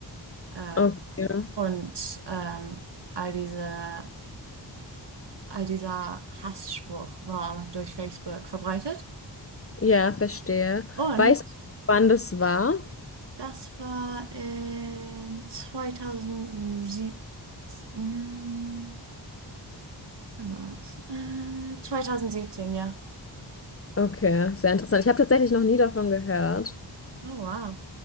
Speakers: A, on the right; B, on the left.
A: Äh,
B: okay.
A: und ähm, all diese all dieser Hassspruch war durch Facebook verbreitet.
B: Ja, verstehe.
A: Und
B: Weißt du, wann das war?
A: das war in 2007. mm, wann war das? Äh, 2017, ja.
B: Okay, sehr interessant. Ich habe tatsächlich noch nie davon gehört.
A: Oh, wow.